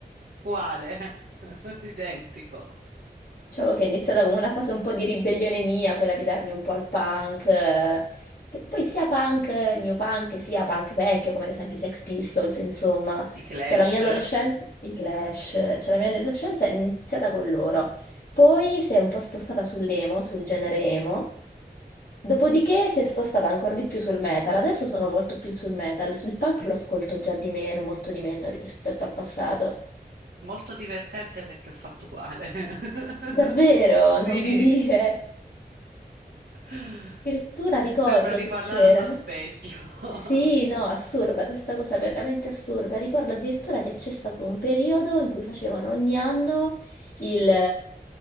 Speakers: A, on the right; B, on the left.
A: Uguale, <laughs> identico.
B: Diciamo che è iniziata come una fase un po' di ribellione mia, quella di darmi un po' al punk, eh, che poi sia punk, eh, new punk, sia punk vecchio, come ad esempio i Sex Pistols, insomma.
A: I Clash,
B: Cioè la mia adolescenza, i Clash, eh, cioè la mia adolescenza è iniziata con loro. Poi si è un po' spostata sull'emo, sul genere emo. Dopodiché si è spostata ancora di più sul metal. Adesso sono molto più sul metal, sul punk lo ascolto già di meno, molto di meno rispetto al passato.
A: molto divertente perché ho fatto uguale. <laughs>
B: Davvero, non
A: Sì.
B: vi dire.
A: <laughs>
B: Addirittura ricordo
A: Sembra di
B: che
A: parlare
B: c'erano.
A: allo specchio. <laughs>
B: Sì, no, assurda questa cosa, veramente assurda. Ricordo addirittura che c'è stato un periodo in cui facevano ogni anno il,